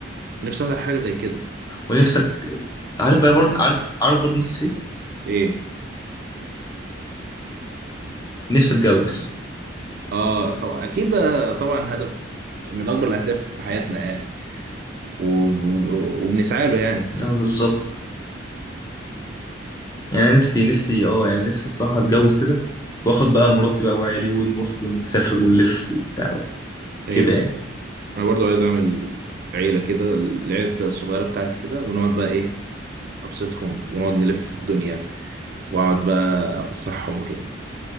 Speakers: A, on the right; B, on the left.
A: نفسي احضر حاجه زي كده
B: ونفسك عارف بقى برضه عارف عارف برضه نفسي في ايه؟
A: ايه
B: نفسي اتجوز
A: اه طبعا اكيد ده طبعا هدف من اكبر الاهداف في حياتنا يعني و... و- وبنسعى له يعني
B: اه بالظبط يعني أنا نفسي نفسي اه يعني نفسي الصراحه اتجوز كده واخد بقى مراتي بقى وعيالي ونروح ونسافر ونلف وبتاع
A: ايوه
B: كده يعني
A: ايوه انا برضو عايز اعمل عيله كده العيله بتا- الصغيره بتاعتي كده ونقعد بقى ايه ابسطهم ونقعد نلف الدنيا واقعد بقى افسحهم وكده